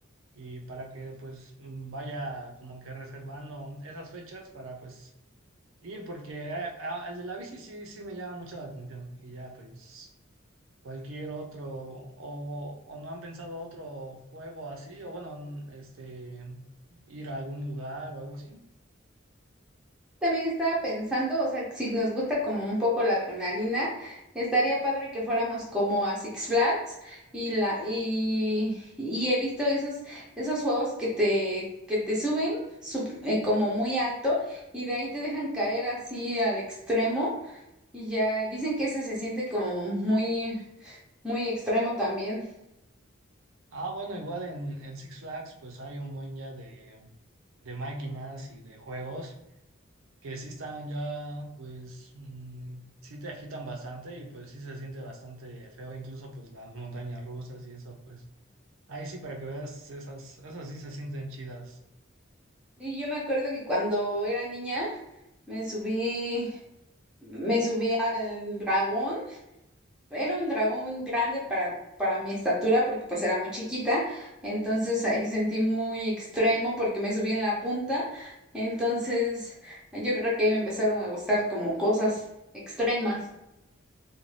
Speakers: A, on the right; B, in the centre.
A: y para que pues mm, vaya como que reservando esas fechas para pues ir, porque a- a- al de la bici sí, sí me llama mucho la atención. Y ya pues cualquier otro, o, o no han pensado otro juego así, o bueno, n- este, ir a algún lugar o algo así.
B: También estaba pensando, o sea, si nos gusta como un poco la adrenalina, estaría padre que fuéramos como a Six Flags y la y, y he visto esos esos juegos que te que te suben sub- eh, como muy alto y de ahí te dejan caer así al extremo y ya dicen que ese se siente como muy muy extremo también.
A: Ah, bueno, igual en, en Six Flags pues hay un buen ya de, de máquinas y de juegos que sí están ya pues mm, sí te agitan bastante y pues sí se siente bastante feo, incluso pues las montañas rusas y eso pues ahí sí para que veas esas, esas sí se sienten chidas.
B: Y yo me acuerdo que cuando era niña me subí me subí al dragón Era un dragón grande para, para mi estatura porque pues era muy chiquita, entonces ahí sentí muy extremo porque me subí en la punta, entonces yo creo que ahí me empezaron a gustar como cosas extremas.